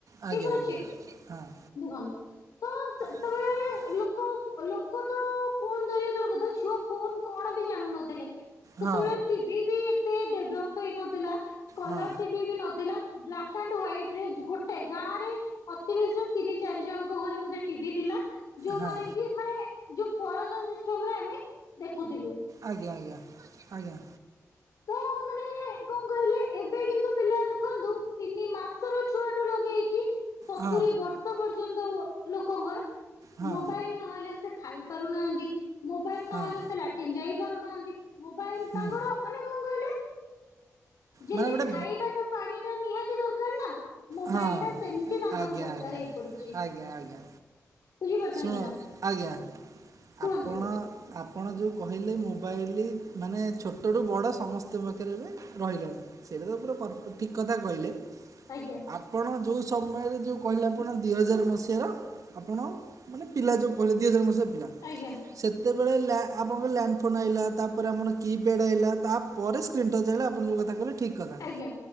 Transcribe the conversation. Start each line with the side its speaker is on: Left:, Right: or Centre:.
Right: ଆଜ୍ଞା
Left: ଠିକ ଅଛି
Right: ଆଜ୍ଞା ହଁ।
Left: ଦେଖନ୍ତୁ ତ ସେ
Right: ହଁ <inaudible>
Left: ଲୋକ ଲୋକ ତ ଫୋନ ଧରିଆ ଦୂରର କଥା ଛୁଆ ଫୋନ କଣ ବି ଜାଣୁ ନ ଥିଲେ। ସେତେବେଳେ
Right: ହଁ
Left: ଟିଭି ବି ଏତେ ଡେଭଲପ ହେଇନଥିଲା। କଲର
Right: ହଁ
Left: ଟିଭି ବି ନଥିଲା ବ୍ଲାକ ଆଣ୍ଡ ହ୍ୱାଇଟ ଗୋଟେ ଗାଁ ରେ ଅତି ବେଶୀ ତିନି ଚାରି ଜଣଙ୍କ ଘରେ ବୋଧେ ଟିଭି ଥିଲା। ଯୋଉମାନେ
Right: ହଁ
Left: କି ମାନେ ଯୋଉ ପରଦା ସିଷ୍ଟମ୍ ରେ ଆମେ ଦେଖିଥିଲୁ।
Right: ଆଜ୍ଞା ଆଜ୍ଞା ଆଜ୍ଞା।
Left: ତ ମାନେ କଣ କହିଲେ ଏବେ କିନ୍ତୁ ପିଲା ଦେଖନ୍ତୁ ତିନି ମାସର ଛୁଆଠୁ ଲଗେଇକି- ସତୁୁରୀ
Right: ହଁ
Left: ବର୍ଷ ପର୍ଯ୍ୟନ୍ତ ଲୋକଙ୍କର
Right: ହଁ
Left: ମୋବାଇଲ ନହେଲେ ସେ ଖାଇ ପାରୁନାହାନ୍ତି ମୋବାଇଲ
Right: ହଁ
Left: ନହେଲେ ସେ ଲାଟିନ୍ ଯାଇ ପାରୁନାହାନ୍ତି। ମୋବାଇଲ
Right: ହୁଁ
Left: ତାଙ୍କର ମାନେ କଣ କହିଲେ? ଯେମିତି
Right: ମାନେ ଗୋଟେ
Left: ଖାଇବା ଟା ପାଣି ଟା ନିହାତି ଦରକାର ନା ମୋବାଇଲ
Right: ହଁ
Left: ଟା ସେମିତି ତାଙ୍କର
Right: ଆଜ୍ଞା
Left: ଦରକାର
Right: ଆଜ୍ଞା
Left: ହେଇ ପଡିଛି।
Right: ଆଜ୍ଞା ଆଜ୍ଞା
Left: ବୁଝିପାରୁଛନ୍ତି
Right: ଶୁଣ
Left: ନା
Right: ଆଜ୍ଞା
Left: କୁହନ୍ତୁ
Right: ଆପଣ
Left: କୁହନ୍ତୁ।
Right: ଆପଣ ଯେଉଁ କହିଲେ ମୋବାଇଲ ମାନେ ଛୋଟଠୁ ବଡ଼ ସମସ୍ତଙ୍କ ପାଖରେ ଏ ବି ରହିଲାଣି ସେଇଟା ତ ପୁରା ଠିକ କଥା କହିଲେ।
Left: ଆଜ୍ଞା।
Right: ଆପଣ ଯେଉଁ ସମୟରେ ଯେଉଁ କହିଲେ ଆପଣ ଦୁଇ ହଜାର ମସିହାର ଆପଣ - ମାନେ ପିଲା ଯଉ କଲେ ଦି ହଜାର ମସିହା ପିଲା।
Left: ଆଜ୍ଞା।
Right: ସେତେବେଳେ ଆପଣଙ୍କର ଲ୍ୟାଣ୍ଡ ଫୋନ ଆଇଲା ତା ପରେ ଆମର କି ପ୍ୟାଡ ଆଇଲା ତା ପରେ ସ୍କ୍ରିନ୍ ଟଚ୍ ହେଲେ ଆପଣ ଯେଉଁ କଥା କହିଲେ ଠିକ୍ କଥା
Left: ଆଜ୍ଞା